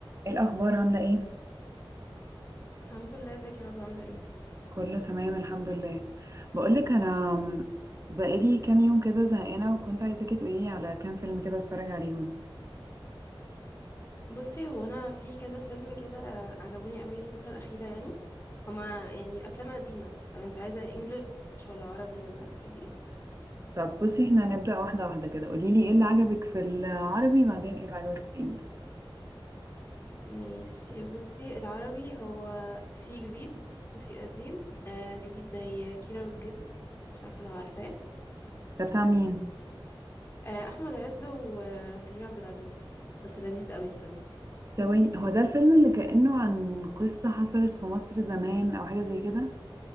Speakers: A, on the right (about 35°); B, on the left (about 30°).
A: ايه الاخبار عامله ايه
B: الحمد لله ازيك يا رضوى عامله ايه
A: كله تمام الحمد لله بقولك انا بقالي كام يوم كده زهقانه وكنت عايزاكي تقوليلي على كام فيلم كده اتفرج عليهم
B: بصي هو انا في كذا فيلم كده عجبوني قوي الفتره الاخيره يعني هما يعني افلام قديمه طب انت عايزه انجليش ولا عربي ولا تحبي ايه
A: طب بصي احنا هنبدا واحده واحده كده قوليلي ايه اللي عجبك في العربي بعدين ايه اللي عجبك في الانجليزي
B: ماشي بصي العربي هو في جديد وفي قديم آه جديد زي كيرة والجن مش عارفه لو عارفاه
A: ده بتاع مين
B: آه احمد عز وكريم عبد العزيز بس لذيذ قوي الصراحه
A: ثواني هو ده الفيلم اللي كانه عن قصه حصلت في مصر زمان او حاجه زي كده